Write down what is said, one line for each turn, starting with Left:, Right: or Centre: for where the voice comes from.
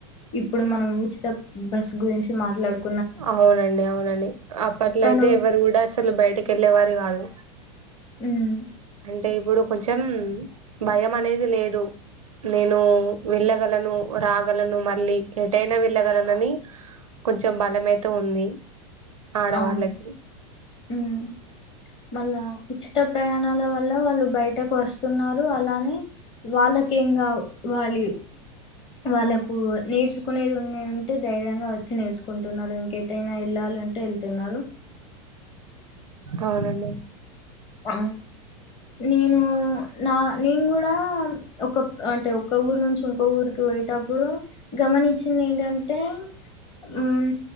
Left: ఇప్పుడు మనం ఉచిత బస్ గురించి మాట్లాడుకు
Right: అవునండి అవునండి అప్పట్లో
Left: తను
Right: అయితే ఎవ్వరు గూడ అసలు బయటకెళ్ళేవారు గాదు
Left: ఉమ్
Right: అంటే ఇప్పుడు కొంచెం భయమనేది లేదు నేనూ వెళ్ళగలను, రాగలను మళ్ళీ ఎటైనా వెళ్ళగలనని కొంచెం బలమైతే ఉంది ఆడవాళ్ళకి
Left: అవును ఉమ్ మళ్ళా ఉచిత ప్రయాణాల వల్ల వాళ్ళు బయటకు వస్తున్నారు అలానే వాళ్ళకేంగావ్ వాల్లి వాళ్ళకు నేర్చుకునేది ఉండేదుంటే ధైర్యంగా వచ్చి నేర్చుకుంటున్నరు ఇంకెటైనా ఎళ్ళాలన్ అంటే ఎళ్తున్నరు
Right: అవునండి
Left: ఆ నేనూ నా నేన్గుడా ఒకప్ అంటే ఒక్క ఊరు నుంచి ఇంకో ఊరుకి పోయేటప్పుడు గమనించింది ఏంటిదన్టే ఉమ్